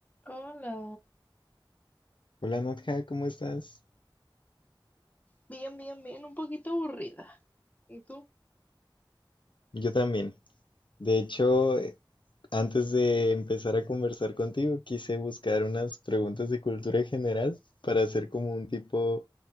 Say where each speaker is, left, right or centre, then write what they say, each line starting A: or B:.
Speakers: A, on the left (about 20°); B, on the left (about 70°).
A: Hola,
B: Hola Nadja, ¿cómo estás?
A: bien, bien, bien, un poquito aburrida. ¿Y tú?
B: Yo también. De hecho, eh, antes de empezar a conversar contigo, quise buscar unas preguntas de cultura general para hacer como un tipo